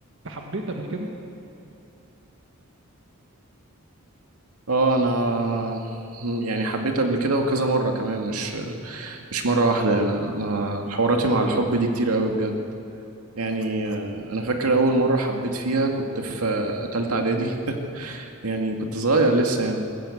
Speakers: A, on the right; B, on the right.
A: انت حبيت قبل كده
B: اه انا يعني حبيت قبل كده وكذا مرة كمان مش مش مرة واحدة يعني انا حواراتي مع الحب دي كتير قوي بجد يعني آه، انا فاكر اول مرة حبيت فيها كنت في آه، تالتة اعدادي <laughs> يعني كنت صغير لسه يعني